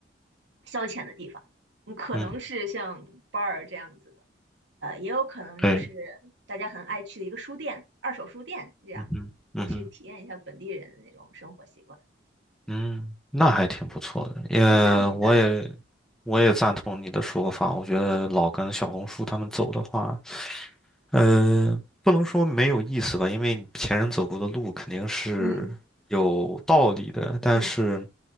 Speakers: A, on the right; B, in the centre.
A: 消遣的地方，嗯可能是像
B: 嗯，
A: bar 这样子的，呃，也有可能就是
B: 对，
A: 大家很爱去的一个书店，二手书店这样，
B: 嗯哼，嗯哼。
A: 我去体验一下本地人的那种生活习惯。
B: 嗯，那还挺不错的，也我也
A: 那像你呢？
B: 我也赞同你的说法。我觉得老跟小红书他们走的话，嗯，不能说没有意思吧，因为前人走过的路肯定是有道理的，
A: 嗯，
B: 但是。
A: 对，